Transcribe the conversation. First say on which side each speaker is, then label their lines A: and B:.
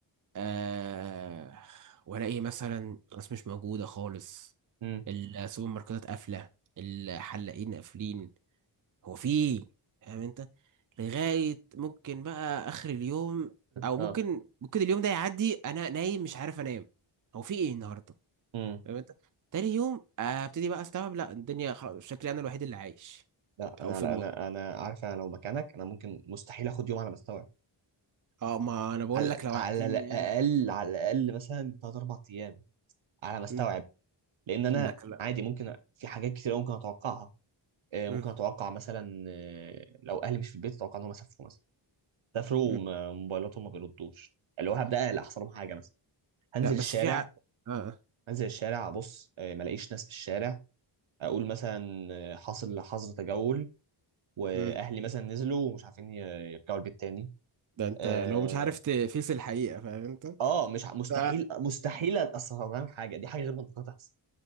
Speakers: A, on the right (about 40°); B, on the right (about 70°).
A: آه والاقي مثلا ناس مش موجودة خالص
B: مم.
A: السوبر ماركتات قافلة الحلاقين قافلين هو في إيه؟ فاهم انت لغاية ممكن بقى اخر اليوم او
B: آه.
A: ممكن ممكن اليوم ده يعدي انا نايم مش عارف انام هو في ايه النهاردة
B: مم.
A: فاهم انت تاني يوم آه، ابتدي بقى استوعب لا الدنيا خلاص شكلي انا الوحيد اللي عايش
B: لا انا
A: او في
B: لا
A: المنطقه
B: انا انا عارف انا لو مكانك انا ممكن مستحيل اخد يوم على ما استوعب
A: اه ما انا بقول
B: على
A: لك لو
B: على
A: عارفين
B: الاقل
A: يعني
B: على الاقل مثلا 3 4 ايام على ما استوعب
A: مم.
B: لان انا
A: انك لا
B: عادي ممكن في حاجات كتير أوي ممكن اتوقعها آه،
A: مم.
B: ممكن اتوقع مثلا آه، لو اهلي مش في البيت اتوقع ان هم سافروا مثلا سافروا
A: مم.
B: وموبايلاتهم ما بيردوش اللي هو هبدا اقلق احصل لهم حاجه مثلا هنزل
A: لا بس
B: الشارع
A: في ع... اه آه،
B: هنزل الشارع ابص آه، ما الاقيش ناس في الشارع اقول مثلا آه، حاصل حظر تجول واهلي
A: مم.
B: مثلا نزلوا ومش عارفين ي- يرجعوا البيت تاني
A: ده انت
B: اه
A: لو مش عارف تفيس الحقيقه فاهم انت
B: آه، مش ع- مستحيل
A: ف
B: مستحيل اصلا حاجه دي حاجه غير منطقيه تحصل